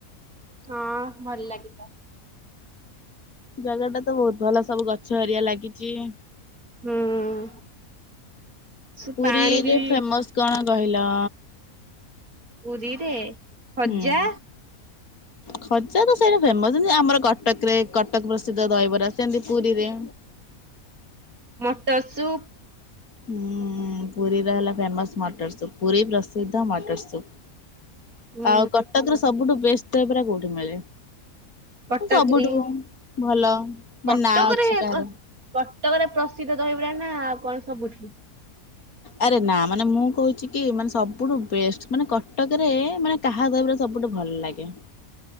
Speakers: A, on the right; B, on the left.
A: ହଁ ଭଲ ଲାଗିଲା।
B: ଜାଗା ଟା ତ ବହୁତ ଭଲ ସବୁ ଗଛ ଏରିଆ ଲାଗିଚି।
A: ହୁଁ ସେ
B: ପୁରୀରେ
A: ପାଣି ବି
B: ଫେମସ କଣ କହିଲ?
A: ପୁରୀରେ? ଖଜା
B: ହୁଁ ଉଁ ଖଜା ତ ସେଇଟା ଫେମସ, ଯେମିତି ଆମର କଟକରେ କଟକ ପ୍ରସିଦ୍ଧ ଦହିବରା। ରସନ୍ଦି ପୁରୀରେ।
A: ମଟର ସୁପ।
B: ହୁଁ ପୁରୀର ହେଲା ଫେମସ୍ ମଟର ସୁପ୍, ପୁରୀ ପ୍ରସିଦ୍ଧ ମଟର ସୁପ୍।
A: ଉଁ
B: ଆଉ କଟକରୁ ସବୁଠୁ ବେଷ୍ଟେ ଦହିବରା କୋଉଠି ମିଳେ?
A: କଟକରେ
B: ସବୁଠୁ ଭଲ। ମାନେ
A: କଟକରେ
B: ନାଁ ଅଛି କାହାର।
A: କଟକରେ ପ୍ରସିଦ୍ଧ ଦହିବରା ନା ଆଉ କଣ ସବୁଠି?
B: ଆରେ ନା ମାନେ ମୁଁ କହୁଛି କି ମାନେ ସବୁଠୁ ବେଷ୍ଟ ମାନେ କଟକରେ ମାନେ କାହା ଦହିବରା ସବୁଠୁ ଭଲ ଲାଗେ?